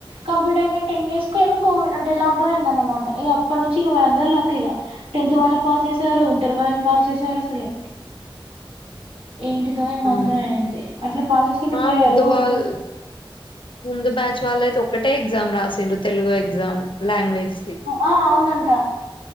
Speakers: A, on the right (about 85°); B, on the left (about 65°).
A: కంప్లీట్ అయిన టెన్ డేస్ కే ఏమో కోవిడ్ అంటే లాక్ డౌన్ అయిందన్నమాట ఇగ అప్పటి నుంచి ఇక వందరు <unintelligible> లాక్ ఇగ టెన్త్ వాళ్ళని పాస్ చేసారు ఇంటర్ వాళ్ళని పాస్ చేసారు అసలు ఏంటిదో ఏమో
B: అవును
A: అంతా అన <unintelligible> అట్లా పాసేసుకుంటూ
B: మా
A: పోయారు
B: ముందు వాళ్ళ
A: ఇప్పుడు
B: ముందు బ్యాచ్ వాళ్ళ అయితే ఒక్కటే ఎగ్జామ్ రాసిండ్రు తెలుగు ఎగ్జామ్ లాంగ్వేజ్ ది
A: ఆ అవునంట